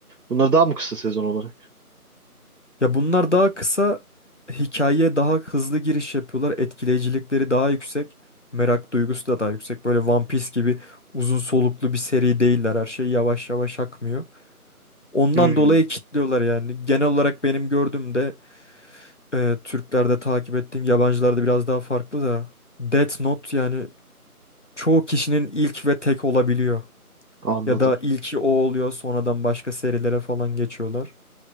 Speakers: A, on the right; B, on the left.
A: Bunlar daha mı kısa sezon olarak?
B: Ya bunlar daha kısa, hikayeye daha hızlı giriş yapıyorlar. Etkileyicilikleri daha yüksek. Merak duygusu da daha yüksek. Böyle One Piece gibi uzun soluklu bir seri değiller. Her şey yavaş yavaş akmıyor. Ondan
A: Hmm,
B: dolayı kitliyorlar yani. Genel olarak benim gördüğümde e, Türklerde takip ettiğim yabancılarda biraz daha farklı da Death Note yani çoğu kişinin ilk ve tek olabiliyor.
A: anladım.
B: Ya da ilki o oluyor sonradan başka serilere falan geçiyorlar.